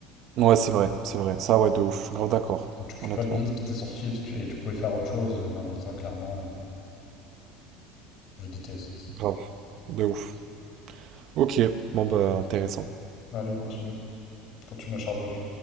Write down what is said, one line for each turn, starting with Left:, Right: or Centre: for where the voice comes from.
Right: Ouais, c'est vrai, c'est vrai. Ça, ouais, de ouf. Je suis grave d'accord.
Left: Quand tu culpabilises
Right: Honnêtement.
Left: parce que t'es sorti parce que tu- et tu pouvais faire autre chose, euh, non, non, ça clairement, euh, je déteste.
Right: Grave. De ouf. Ok. Bon, bah, intéressant.
Left: Allez, continue. Continue à charbonner.